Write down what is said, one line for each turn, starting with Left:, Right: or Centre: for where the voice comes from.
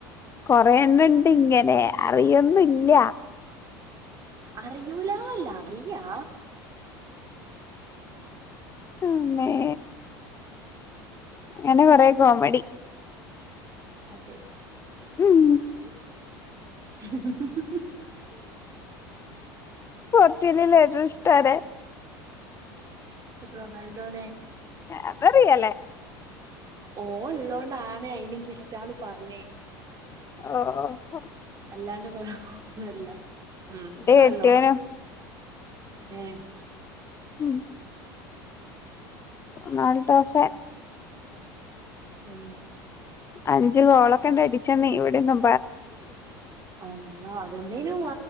Left: കൊറയണണ്ട് ഇങ്ങനെ അറിയൊന്നല്ല.
Right: അറിയൂലാവല്ല അറിയാ
Left: ന്നേ അങ്ങനെ കൊറെ കോമഡി.
Right: അതെ
Left: ഉം
Right: <unintelligible>
Left: പോർച്ചല് ഏറ്റവും ഇഷ്ടാരെ?
Right: റൊണാൾഡോനെ
Left: അതറിയാലേ
Right: ഓല്ലോ നാണ് അയിനെനക്ക് ഇഷ്ടാന്ന് പറഞ്ഞേ.
Left: ഓ ഓ
Right: അല്ലാണ്ട് പോന്നല്ല ഉം
Left: എന്റെ
Right: അ
Left: കെട്ടിയോനും
Right: നല്ലോണം ഏ
Left: ഉം നാല് ദോഫെ
Right: ഉം
Left: അഞ്ചു ഗോളൊക്കെ ഉണ്ട അടിച്ചന്ന് ഇവിടെന്നും.
Right: അളള അതെന്നേനു